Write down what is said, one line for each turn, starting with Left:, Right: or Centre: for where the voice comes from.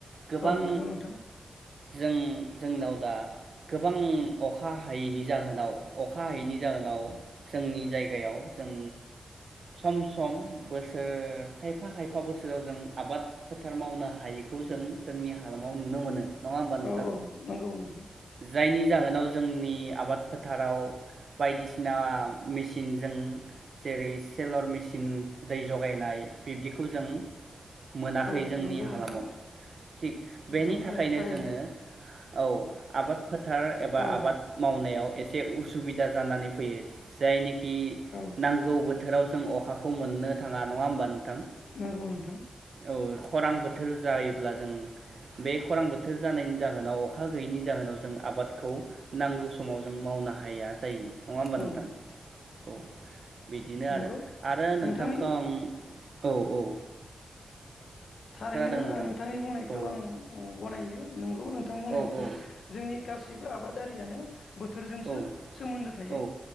Right: गोबां
Left: औ नंगौ नोंथां
Right: जों जोंनाव दा गोबां अखा हायैनि जाहोनाव अखा हायैनि जाहोनाव जोंनि जायगायाव जों सम-सम बोसोर खायफा-खायफा बोसोराव जों आबाद फोथार मावनो हायैखौ जों जोंनि हालामाव नुनो मोनो। नङा होमबा नोंथां
Left: औ औ नंगौ नोंथां।
Right: जायनि जाहोनाव जोंनि आबाद फोथाराव बायदिसिना मेसिनजों जेरै सेलर मेचिन दै जगायनाय बिब्दिखौ जों मोनाखै
Left: औ
Right: जोंनि
Left: नंगौ
Right: हालामाव
Left: नोंथां
Right: थिग
Left: नोंथां
Right: बेनि
Left: बुंनाया
Right: थाखायनो
Left: थारैनो
Right: जोङो औ आबाद फोथार एबा
Left: औ
Right: आबाद मावनायाव एसे उसुबिदा जानानै फैयो जायनि इ
Left: औ
Right: नांगौ बोथोराव‌ जों अखाखौ मोननो थाङा नङा होमबा नों थां
Left: नंगौ नोंथां
Right: औ खरां बोथोर जायोब्ला जों बे खरां बोथोर जानायनि जाहोनाव अखा गैयैनि ज जाहोनाव जों आबादखौ नांगौ समाव जों मावनो हाया जायो। नङा होमबा
Left: औ
Right: नोंथां? औ बिदिनो
Left: नंगौ
Right: आरो, आरो नोंथांखौ
Left: नोंथांनि
Right: आं औ औ
Left: थारैनो
Right: खोनादों नोंथां
Left: नोंथांनि बुंनायखौ
Right: औ
Left: आं अम गनायो। नोंग गौ नोंथां बुंनाय
Right: औ
Left: मथे
Right: औ
Left: जोंनि गासैबो आबादारियानो बोथोरजोंसो
Right: औ
Left: सोमोन्दो थायो
Right: औ